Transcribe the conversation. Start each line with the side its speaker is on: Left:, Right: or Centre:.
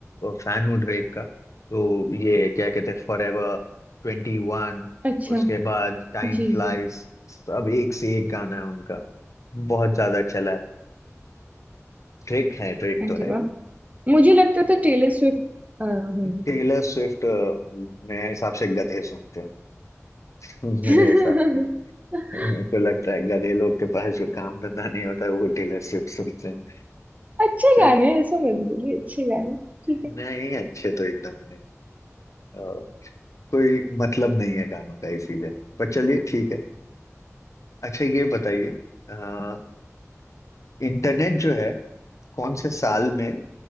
Left: फैन हूँ ड्रेक का तो ये क्या कहते हैं फॉर एवर ट्वेंटी वन
Right: अच्छा
Left: उसके बाद टाइम
Right: जी
Left: फ्लाइज
Right: जी
Left: सब एक से एक गाना है उनका बहुत ज्यादा चला है ड्रेक है ड्रेक
Right: अरे
Left: तो है
Right: वाह
Left: ही
Right: मुझे लगता था टेलर स्विफ्ट अ, होंगी
Left: टेलर स्विफ्ट अ, मेरे हिसाब से गधे सुनते हैं <laughs> मेरे
Right: <laughs>
Left: हिसाब से मेरे को लगता है गधे लोग के पास जो काम धंधा नहीं होता है वो टेलर स्विफ्ट सुनते हैं
Right: अच्छे
Left: चल
Right: गाने हैं, <laughs> ऐसा मत बोलिए अच्छे गाने ठीक है
Left: नहीं अच्छे तो एकदम नहीं कोई मतलब नहीं है गानों का इसीलिए पर चलिए ठीक है अच्छा ये बताइए अ, इंटरनेट जो है कौन से साल में